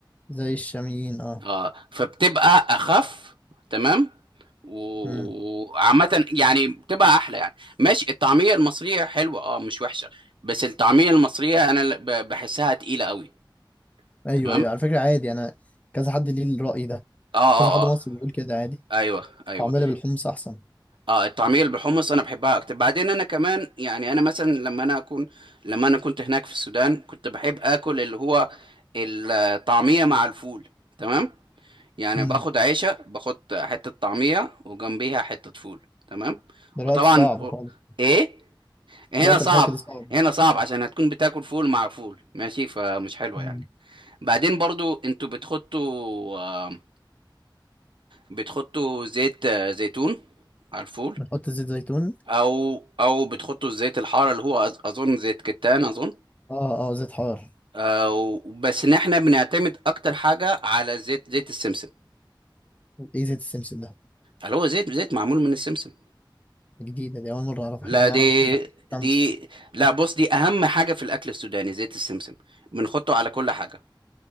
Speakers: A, on the left (about 15°); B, on the right (about 80°).
A: زي الشاميين اه
B: اه فبتبقى اخف تمام وعامة
A: امم
B: يعني بتبقى احلى يعني ماشي الطعمية المصرية حلوة اه مش وحشة بس الطعمية المصرية انا ل- ب- بحسها تقيلة قوي
A: ايوه
B: تمام
A: ايوه على فكره عادي انا كذا حد ليه الراي ده
B: اه اه
A: كذا حد مصري
B: اه
A: بيقول كده عادي
B: ايوه ايوه
A: طعمنا بالحمص احسن
B: اه الطعمية اللي بالحمص انا بحبها اكتر بعدين انا كمان يعني انا مثلا لما انا اكون لما انا كنت هناك في السودان كنت بحب اكل اللي هو الطعمية مع الفول تمام يعني
A: امم
B: باخد عيشة باخد حتة طعمية وجنبيها حتة فول تمام
A: دلوقتي
B: وطبعا
A: صعب
B: و-
A: خالص
B: ايه هنا
A: دلوقتي
B: صعب
A: الحركه دي صعبه
B: هنا صعب عشان هتكون بتاكل فول مع فول ماشي فمش حلوة
A: امم
B: يعني بعدين برضو انتوا بتحطوا آم، بتحطوا زيت آه، زيتون على الفول
A: بنحط زيت زيتون
B: او او بتحطوا الزيت الحار اللي هو أظ- اظن زيت كتان اظن
A: اه اه زيت حار
B: أو بس ان احنا بنعتمد اكتر حاجة على زيت زيت السمسم
A: ايه زيت السمسم ده
B: اللي هو زيت زيت معمول من السمسم
A: جديدة دي أول مرة أعرف إحنا
B: لا
A: بنعرف
B: دي
A: <laughs> بزيت
B: دي
A: الشمس
B: لا بص دي اهم حاجه في الاكل السوداني زيت السمسم بنحطه على كل حاجه